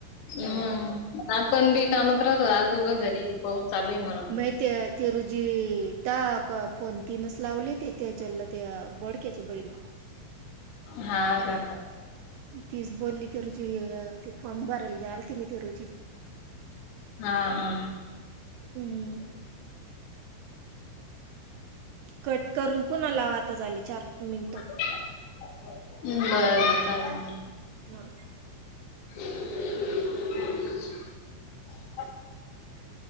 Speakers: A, on the right; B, on the left.
A: हो.
B: मंग आपण बी कामात राहतो आज उगं घरी- पाऊस चालू आहे म्हणून.
A: म ते ते रोजी- दहा कॉ फोन तीनच लावले ते त्याच्याला त्या बोडक्याच्या बहि -
B: हा का?
A: तीच बोलली त्या रोजी. ती फॉर्म भरायला आलती मी त्या रोजी.
B: हा हा.
A: हम्म. कट करून पुन्हा लावा. आता झाली चार- मिनिटं.
B: ह्. बरं.
A: हं.
B: <inaudible>
A: ह